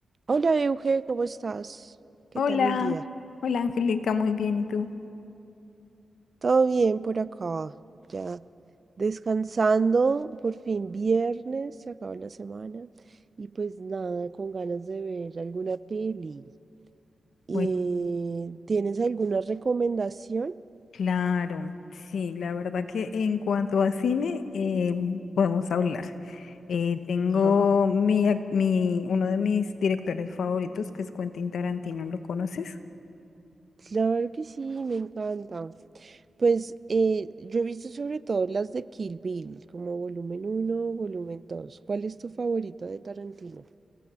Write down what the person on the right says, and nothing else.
Hola Euge, ¿cómo estás? ¿Qué
tal el día?
Todo bien por acá, ya descansando, por fin viernes, se acabó la semana y pues nada, con ganas de ver alguna peli. Eh,
¿tienes alguna recomendación?
<laughs>
Claro que sí, me encanta. Pues eh, yo he visto sobre todo las de Kill Bill, como volumen uno, volumen 2. ¿Cuál es tu favorito de Tarantino?